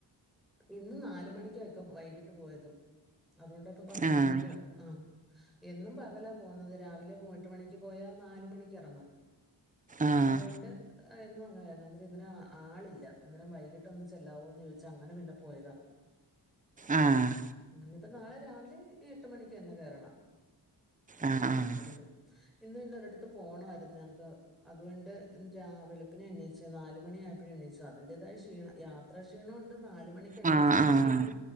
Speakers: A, in the centre; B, on the right.
A: ഇന്ന് നാല്മണിക്ക ഇക്ക വൈകിട്ട് പോയത് അതുകൊണ്ടാപ്പ പന്ത്രണ്ട്
B: ആഹ്
A: മണിക്ക ആഹ് എന്നും പകലാ പോകുന്നത് രാവിലെ പോ എട്ട് മണിക്ക് പോയാ നാല് മണിക്ക് എറങ്ങും
B: ആഹ്
A: അതുകൊണ്ട് എന്നും അങ്ങനെയായിരുന്നു എന്നിട്ട് ഇന്നലെ ആളില്ല അന്നേരം വൈകിട്ടൊന്ന് ചെല്ലാവോന്ന് ചോദിച്ച് ച്ചങ്ങനെ പിന്നെ പോയതാ
B: ആഹ്
A: ഇനിയിപ്പോ നാളെ രാവിലെ എട്ട് മണിക്ക് തന്നെ കേറണം
B: ആഹ്
A: ഉം
B: ആഹ്
A: അങ്ങനെ പോയി ഇന്ന് പിന്ന ഒരിടുത്ത് പോണായിരുന്നു ഞങ്ങക്ക് അതുകൊണ്ട് രാ വെളുപ്പിനേ എണീ ച്ചു നാല് മണി ആയപ്പൊഴെ എണീച്ചു അതിന്റേതായ ക്ഷീണ യാ ത്രാ ക്ഷീണം ഉണ്ട് നാല് മണിക്കെണീച്ചതിന്റെ
B: ആഹ് ആഹ്
A: ക്ഷീണം